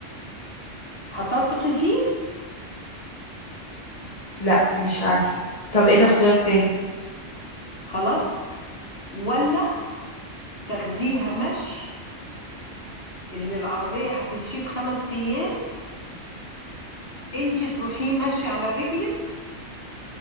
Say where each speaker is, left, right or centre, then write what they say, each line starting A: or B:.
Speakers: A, on the left; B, on the left.
A: هتثقي فيه
B: لا مش عارفه طب ايه الاختيار التاني
A: خلاص ولا تاخديها مشي اللي العربية هتمشيه في خمس أيام انتي تروحيه مشي على رجلك